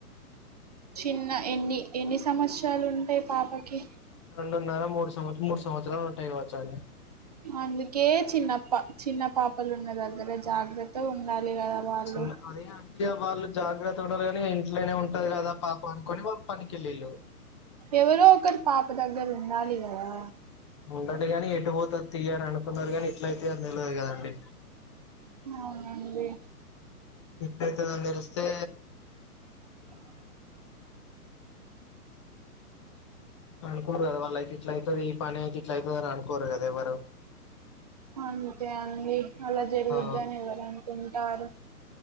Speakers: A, on the right; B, on the left.
A: చిన్న ఎన్ని ఎన్ని సంవత్సరాలు ఉంటయ్ పాపకి
B: రొండున్నర మూడు సంవత్ మూడు సంవత్సరాలుంటాయ్ గావచ్చండి
A: అందుకే చిన్నప్ప చిన్న పాప్ ప లున్న దగ్గర
B: ఆ
A: జాగ్రత్త గుండాలి గద వాళ్ళు
B: చిన్న అదే అంటే వాళ్ళు జాగ్రత్తగుండాల్ గానీ ఇంట్లోనే ఉంటది గదా పాప అనుకోనీ వాళ్ళు పనికెళ్ళిళ్ళు
A: ఎవరో ఒకర్ పాప దగ్గర్ ఉండాలి గదా
B: ఉండలి గానీ ఎటు బోతద్ తీయర్ అనుకున్నరు గానీ ఇట్లతయ్ తెల్వదు గదండీ
A: ఔనండి
B: ఇట్లైతదన్ దెలుస్తే
A: అ
B: అనుకోర్ గదా వాళ్ళ అయితే ఇట్ల ఐతది ఈ పని ఐతెట్ ఇట్లైతదిరా అని అనుకోర్ గదా ఎవ్వరూ
A: అంతే అండీ అలా జరుగుద్దని
B: ఆ
A: ఎవర్ అనుకుంటారు